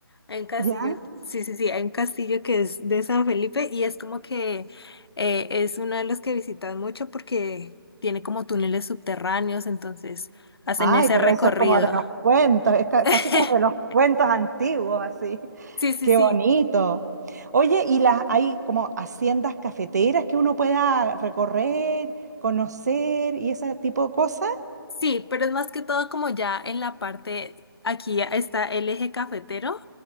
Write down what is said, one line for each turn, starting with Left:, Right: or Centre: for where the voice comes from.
Left: Hay un castillo,
Right: ¿Ya?
Left: sí, sí, sí, hay un castillo que es de San Felipe y es como que eh, es uno de los que visitan mucho porque tiene como túneles subterráneos, entonces hacen
Right: Ay,
Left: ese
Right: pero
Left: recorrido.
Right: eso es como de los cuentos, es ca-
Left: <laughs>
Right: casi como de los cuentos antiguos, así.
Left: Sí, sí,
Right: Qué
Left: sí,
Right: bonito. Oye, ¿y las hay como haciendas cafeteras que uno pueda recorrer, conocer y ese tipo de cosas?
Left: sí, pero es más que todo como ya en la parte, aquí está el eje cafetero.